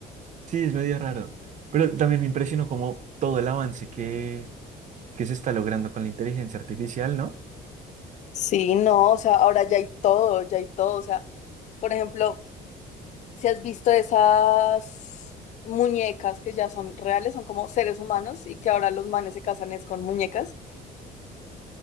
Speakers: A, on the right; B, on the left.
A: Sí, es medio raro. Pero también me impresionó como todo el avance que, que se está logrando con la inteligencia artificial, ¿no?
B: Sí, no, o sea, ahora ya hay todo, ya hay todo. O sea, por ejemplo. Si has visto esas muñecas que ya son reales, son como seres humanos y que ahora los manes se casan es con muñecas.